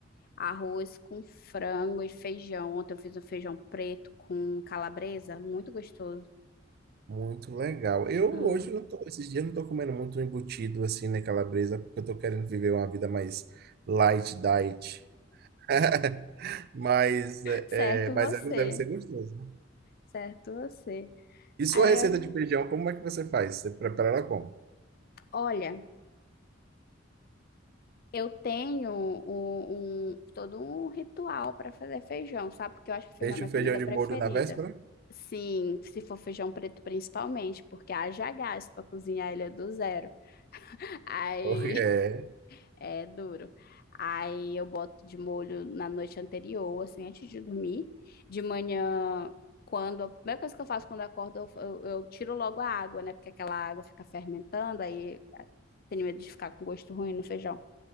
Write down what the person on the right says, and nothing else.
Muito legal. Eu
hoje não tô, esses dias não tô comendo muito embutido assim, né, calabresa, porque eu tô querendo viver uma vida mais light diet. <laughs> Mas, é,
é, mas
ela deve ser gostoso. né?
E sua
receita
de feijão, como é que você faz? Você prepara ela como?
Deixa
o feijão
de
molho na véspera?
Ou
É,